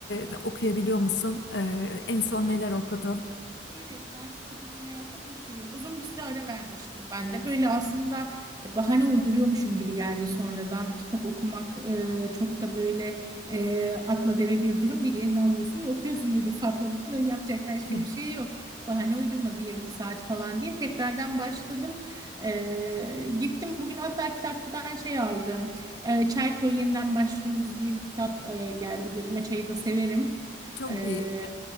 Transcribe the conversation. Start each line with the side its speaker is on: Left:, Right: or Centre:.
Left: e, okuyabiliyor musun? Ee, en son
Right: Yani
Left: neler okudun?
Right: Evet, ben kitap okumayı aslında çok seviyorum. Uzun bir süre ara vermiştim ben de. Böyle aslında e, bahane uyduruyormuşum gibi geldi sonradan. Kitap okumak e, çok da böyle e, atla deve bir durum değil. Eline alıyorsun ve okuyorsun dedi Fatma. <laughs> Bunun yapacak başka
Left: Evet,
Right: bir şey yok. Bahane uydurma bir yarım saat falan diye tekrardan başladım. E, gittim bugün hatta kitapçıdan şey aldım. E, Çay Koy Yeniden Başlıyoruz diye bir kitap e, geldi gözüme. Çayı da severim.
Left: Çok
Right: E,
Left: iyi,